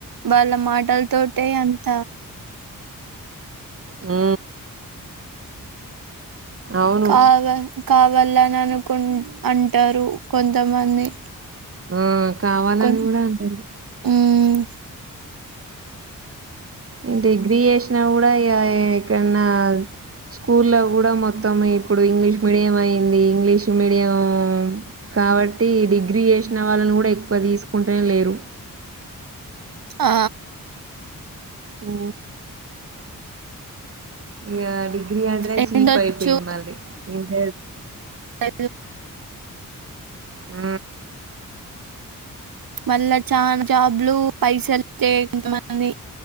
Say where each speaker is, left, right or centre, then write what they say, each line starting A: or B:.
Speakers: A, on the right; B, on the right.
A: వాళ్ళ మాట ఆటల్ తోటే అంత
B: ఆ అవును
A: కావ కావల్ల అని అనుకు అంటారు కొంతమంది
B: ఆ కావాలని
A: కొ
B: కూడా అంటారు
A: మ్మ్
B: ఇంటి డిగ్రయేష కూడా కనా స్కూల్ కూడా మొత్తం ఇప్పుడు ఇంగ్లీష్ మీడియం అయింది ఇంగ్లీష్ మీడియం కాబట్టి డిగ్రీ చేసిన వాళ్ళని కూడా ఎక్కువ తీసుకుంటేనే లేరు
A: ఆ
B: ఓ ఇ అంటనే
A: ఎండొచ్చు
B: చీప్ అయిపోయింది మళ్ళీ ఇంట
A: అ
B: ఆ
A: మళ్ళా చాలా జాబ్లు పైసలు ఇస్తే ఎంత మంది